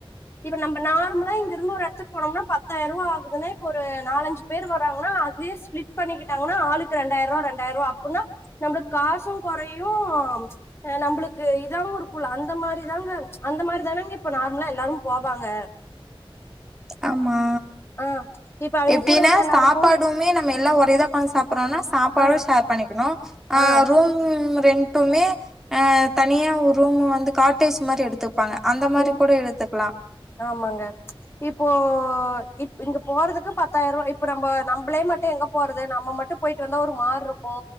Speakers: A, on the left; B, in the centre.
A: இப்ப நம்ப நார்மலா இங்கருந்து ஒரு எடத்துக்கு போனோம்னா பத்தாயிரூவா ஆகுதுன்னா இப்ப ஒரு நாலஞ்சு பேர் வராங்கன்னா அதுலயே ஸ்பிலிட் பண்ணிக்கிட்டாங்கன்னா ஆளுக்கு ரெண்டாயிரூவா ரெண்டாயிரூவா அப்புன்னா நம்பளுக்கு காசு கொறையு ஆ நம்பளுக்கு இதாவு இருக்குல்ல அந்த மாரிதாங்க அந்த மாரி தானங்க இப்ப நார்மலா எல்லாரும் போவாங்க
B: ஆமா
A: ஆஹ் இப்ப அவங்க
B: எப்டின்னா
A: கூட வந்தா என்ன
B: சாப்பாடுமே
A: இருக்கும்
B: நம்ம எல்லா ஒரே இதா சாப்புறோன்னா சாப்பாடு
A: ஆஹ்
B: ஷேர் பண்ணிக்கணு ஆ
A: ஆஹ்
B: ரூம் ரெண்ட் மட்டுமே ஆ தனியா ஒரு ரூமு வந்து காட்டேஜ் மாரி எடுத்துப் பாங்க அந்த மாரி
A: உம்
B: கூட எடுத்துக்கலா
A: ஆமாங்க இப்போ இப் இங்க போறதுக்கு பத்தாயிரூவா இப்ப நம்ப நம்பளே மட்டு எங்க போறது நம்ம மட்டும் போயிட்டு வந்தா ஒரு மார் இருக்கு